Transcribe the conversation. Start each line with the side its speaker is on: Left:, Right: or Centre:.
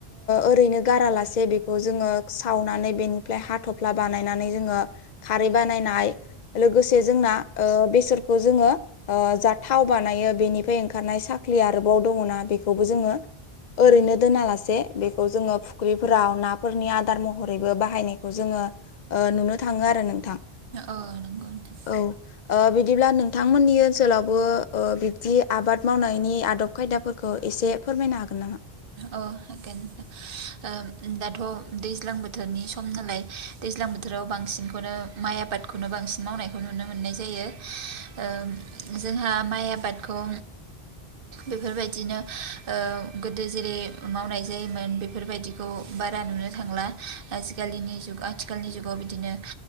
Left: ओरैनो गारालासे बे खौ जोङो सावनानै बेनिफ्राय हाथफ्ला बानायनानै जोङो खारै बानायनाय लोगोसे जोंना बेसरखौ जोङो जा थाव बानायो बेनिफ्राय ओंखारनाय साख्रि आरोबाव दङना बेखौ बेबो जोङो ओरैनो दोनालासे बेखौ जोङो फुख्रिफोराव ना फोरनि आदार महरैबो बाहायनायखौ जोङो ओ नुनो थाङो आरो नोंथां
Right: औ नंगौ नोंथां
Left: औ बिदिब्ला नोंथांमोननि ओनसोलावबो ओ बिब्दि आबाद मावनायनि आदब खायदाफोरखौ एसे फोरमायनो हागोन नामा?
Right: अ हागोन ओ दाथ' दैज्लां बोथोरनि सम नालाय दैज्लां बोथोराव बांसिनखौनो माइ आबादखौनो बांसिन मावनायखौ नुनो मोननाय जायो। ओ जोंहा माइ आबादखौ बेफोर बायदिनो ओ गोदो जेरै मावनाय जायोमोन बेफोरबायदिखौ बारा नुनो थांला। आजिखालिनि जुग आथिखालनि जुगाव बिदिनो